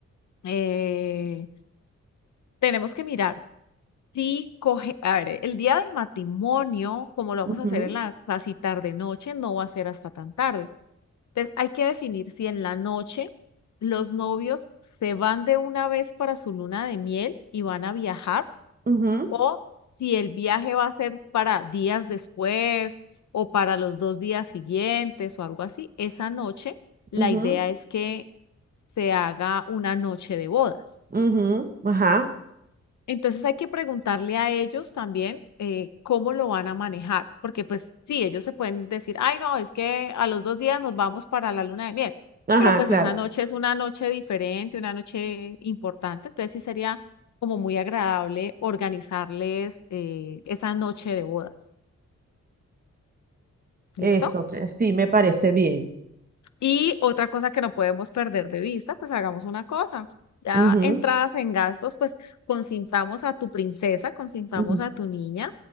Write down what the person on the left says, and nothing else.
Eh, tenemos que mirar si coge, a ver, el día del matrimonio, como lo vamos
a hacer en la casi tarde noche, no va a ser hasta tan tarde. Entonces, hay que definir si en la noche los novios se van de una vez para su luna de miel y van a viajar
o si el viaje va a ser para días después o para los dos días siguientes o algo así. Esa noche, la
idea es que se haga una noche de bodas.
Entonces hay que preguntarle a ellos también eh, cómo lo van a manejar, porque pues sí, ellos se pueden decir, ay no, es que a los dos días nos vamos para la luna de miel,
pero pues
esa noche es una noche diferente, una noche importante, entonces sí sería como muy agradable organizarles eh, esa noche de bodas. ¿Listo?
Y otra cosa que no podemos perder de vista, pues hagamos una cosa. Ya
entradas en gastos, pues consintamos a tu princesa, consintamos
a tu niña